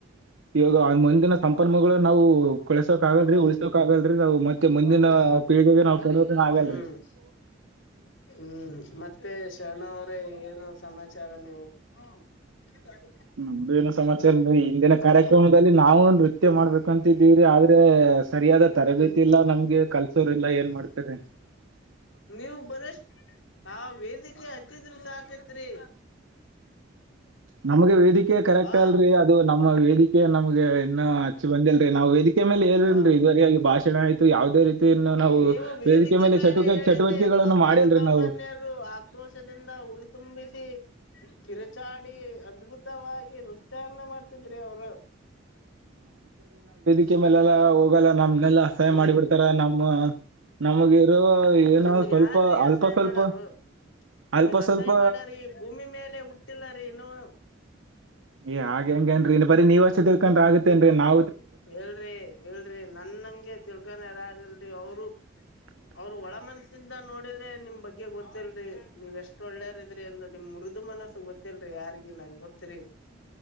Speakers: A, on the right; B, on the left.
A: ಇವಾಗ ಮುಂದಿನ ಸಂಪನ್ಮೂಗಳು ನಾವು ಕಳ್ಸೋಕ್ ಆಗಲ್ರರಿ
B: ಹೌದು
A: ಉಳಸಕ್ ಆಗಲ್ರರಿ ನಾವು ಮತ್ತೆ ಮುಂದಿನ
B: ಹೌದು
A: ಪೀಳಿಗೆಗೆ ನಾವು ಕೊಡೋಕನ ಆಗಲ್ರಿ
B: ಹ್ಮ್ ಹ್ಮ್ ಮತ್ತೆ ಮತ್ತೆ ಶರಣ ಅವ್ರೇ ಏನು ಸಮಾಚಾರ ನೀವು <inaudible>
A: ನಮ್ದು ಏನೋ ಸಮಾಚಾರ ಅ ಹಿಂದಿನ ಕಾರ್ಯಕ್ರಮದಲ್ಲಿ
B: ಹ್ಮ್
A: ನಾವು ನೃತ್ಯ ಮಾಡ್ಬೇಕಂತಿದ್ದೀವಿ ಆದ್ರೆ ಸರಿಯಾದ ತರಬೇತಿ
B: ಹ್ಮ್
A: ಇಲ್ಲ ನಮ್ಗೆ ಕಲ್ಸೋರ್ ಇಲ್ಲ ಏನ್ ಮಾಡ್ತಾರೆ
B: ನೀವು ಬರ ಹಾ ವೇದಿಕೆ ಹತ್ತಿದ್ರರು ಸಾಕತ್ರಿ
A: ನಮ್ಗೆ ವೇದಿಕೆ ಕರೆಕ್ಟ್
B: ಹಾ
A: ಅಲ್ರರಿ ಅದು ನಮ್ಮ ವೇದಿಕೆ ನಮ್ಗೆ ಇನ್ನು ಹಚ್ಚಿ ಬಂದಿಲ್ರರಿ ನಾವ್ ವೇದಿಕೆ ಮೇಲೆ ೇಲ್ರಿಲ್ರರಿ
B: ಹಾ
A: ಇದುವರೆಗಾಗಿ ಭಾಷಣ ಆಯ್ತು ಯಾವ್ದೇ ರೀತಿ ಇನ್ನು ನಾವು
B: ನೀವು ವೇದಿಕೆ ಮೇಲೆ
A: ಚಟುಕ
B: ಹೇಳಿದ್ರೆ
A: ಚಟುವಟಿಕೆಗಳನ್ನು
B: ಎಲ್ಲಾ
A: ಮಾಡಿಲ್ರಿ
B: ಜನಸಾಮಾನ್ಯರು
A: ನಾವು
B: ಆಕ್ರೋಶದಿಂದ ಹುರಿತುಂಬಿಸಿ ಕಿರುಚಾಡಿ ಅದ್ಭುತವಾಗಿ ನೃತ್ಯನ್ನ ಮಾಡ್ತಿದ್ರಿ ಅವರು
A: ಅಕೆ ಮೇಲೆೆಲ್ಲಾ ಹೋಗಲ್ಲ ನಮ್ಮ್ನೆಲ್ಲ ಸಹಾಯ
B: ಹ್ಮ್
A: ಮಾಡಿ ಬಿಿಡ್ತಾರ ನಮ್ಮ ನಮಗಿರೋ ಏನ
B: ನಿಮ್ಗ್
A: ಸ್ವಲ್ಪ
B: ಯಾರ್ರೀ
A: ಅಲ್ಪ
B: ಅಸಹ್ಯ
A: ಸ್ವಲ್ಪ
B: ಮಾಡಾರು ನಿಮಗ್
A: ಅಲ್ಪ
B: ಅಸಹಾಯ
A: ಸ್ವಲ್ಪ
B: ಮಾಡರಿೀ ಭೂಮಿ ಮೇಲೆ ಹುಟ್ಟಿಲ್ಲರಿೀನು
A: ಏ್ ಹಾಗೆ ಹೆಂಗೇನ್ೀ ಇನ್ ಬರೀ ನೀವ ವರ್ಷ ತಿಳ್ಕೊಂಡ್ರ ಆಗತ್ತೇನ್ರಿೀ ನಾ
B: ಹೇಳ್ರಿ ಹೇಳ್ರಿ ನನ್ನಂಗೆ ತಿಳ್ಕಾನಾರಲ್ರಿ ಅವರು
A: ಹ
B: ಅವರು ಒಳ ಮನಸಿಂದ ನೋಡಿದ್ರೆ ನಿಮ್ ಬಗ್ಗೆ ಗೊತ್ತಿಲ್ರರಿ ನೀವ್ ಎಷ್ಟ್ ಒಳ್ಳೇರ್ ಇದ್ರಿ ಅಂದ ನಿಮ್ ಮುರದು ಮನಸ್ಸು ಗೊತ್ತಿಲ್ರರಿ ಯಾರಿಗೆ ನನ್ ಗೊತ್ತ್ರರಿ